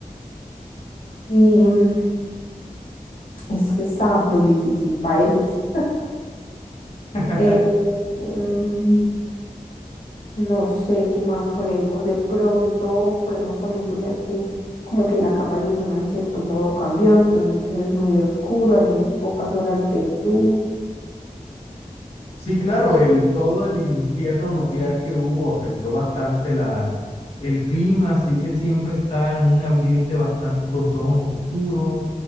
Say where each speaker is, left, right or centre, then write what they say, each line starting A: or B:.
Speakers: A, on the left (about 75°); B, on the left (about 45°).
A: Y mm, es que está muy difícil para ellos. <laughs>
B: <laughs>
A: Eh, em, No sé qué más ponemos. De pronto podemos también poner que como que la capa de ozono en cierto modo cambió, entonces es muy oscuro, hay muy pocas horas de luz.
B: Sí, claro, el, todo el infierno nuclear que hubo afectó bastante la, el clima, así que siempre está en un ambiente bastante con tonos oscuros,